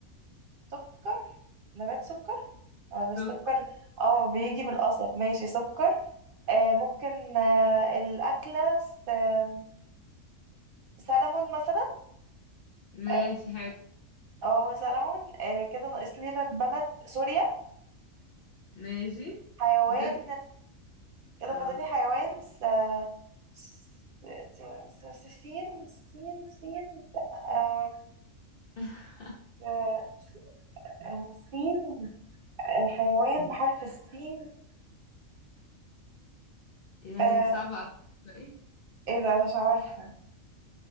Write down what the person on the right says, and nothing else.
سكر نبات سكر ولا السكر
اه بيجي من القصب ماشي سكر آه، ممكن آه، الأكلة س- آم، سلمون مثلا
اه
آه، سلمون آه، كده ناقص لنا بلد سوريا
حيوان
كده
فاضل لي حيوان س... س... س... س... سين سين سين آه،
آه، آه، سين آه، حيوان بحرف السين
آه،
ايه ده مش عارفة